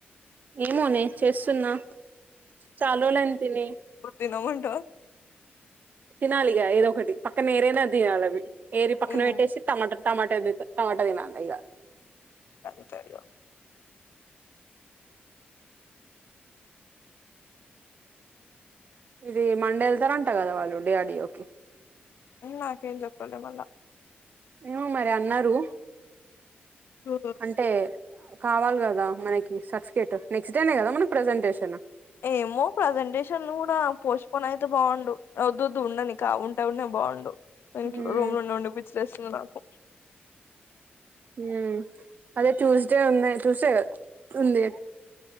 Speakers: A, on the right; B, on the left.
A: ఏమోనే చేస్తున్నా చాల రోజులు అయింది తిని
B: తినమంటవ
A: తినాలిగా ఏదో ఒకటి పక్కన ఏరేనా తినాలి అవి ఏరి పక్కన
B: హ్మ్
A: పెట్టేసి టమాట టమమాటా ద టమమాటా దిననా ఇగ <unintelligible>
B: అంత <inaudible>
A: ఇది మండే వెళ్తార అంటా కదా వాళ్ళు డి అర్ డి ఒ కి
B: ఉం నాకేం చెప్పలే మళ్ళ
A: ఏమో మరి అన్నారు
B: హ
A: అంటే కావాలి కదా మనకి సర్టిఫికేట్ నెక్స్ట్ డేనే కదా మనకి ప్రజెంటేషన్
B: ఏమో ప్రజెంటేషన్లు కూడా పోస్ట్ పోను అయితే బాగుండు వద్దోద్దు ఉండని కా వుంటే ఉండే బాగుండు ఇంట్లో
A: మ్మ్
B: రూమ్లో ఉండి ఉండి పిచ్చేలేస్తుంది నాకు
A: ఉం అదే ట్యూస్డే ఉన్నాయి ట్యూస్డే ఉంది